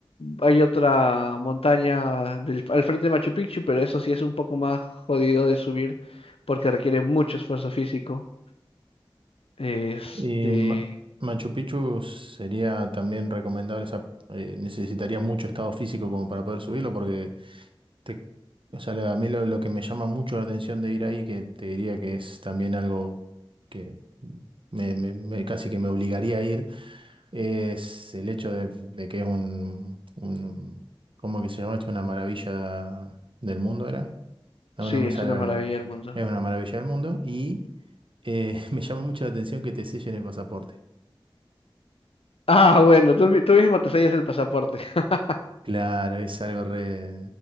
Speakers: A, on the left (about 85°); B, on the right (about 65°).
A: hay otra montaña del- al frente de Machu Picchu, pero eso sí es un poco más jodido de subir porque requiere mucho esfuerzo físico. Este,
B: Y Ma- Machu Picchu sería también recomendable, o sea, eh, necesitaría mucho estado físico como para poder subirlo, porque te- o sea, la- a mí lo, lo que me llama mucho la atención de ir ahí, que te diría que es también algo que me, me- me- casi que me obligaría a ir, es el hecho de, de que es un, un- ¿cómo que se llama esto? Una maravilla del mundo, ¿era? No,
A: sí,
B: no
A: es
B: me sale
A: una maravilla
B: el-
A: el mundo.
B: Es una maravilla del mundo y... Eh, <laughs> me llama mucho la atención que te sellen el pasaporte.
A: Ah, bueno, tú, mi- tú mismo te sellas el pasaporte. <laughs>
B: Claro, es algo re...